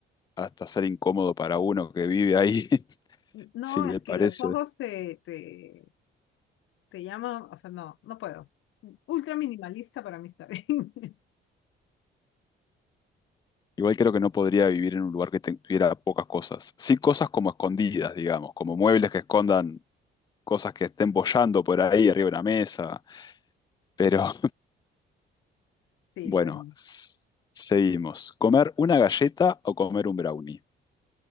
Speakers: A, on the left; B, on the left.
A: hasta ser incómodo para uno que vive ahí, <laughs>
B: No,
A: si le
B: es
A: parece.
B: que los ojos te, te, te llaman, o sea, no, no puedo. Ultra minimalista para mí está bien. <laughs>
A: Igual creo que no podría vivir en un lugar que te- tuviera pocas cosas. Sí, cosas como escondidas, digamos, como muebles que escondan cosas que estén boyando por ahí arriba de una mesa. Pero <laughs>
B: Sí,
A: bueno,
B: bueno.
A: s- seguimos. ¿Comer una galleta o comer un brownie?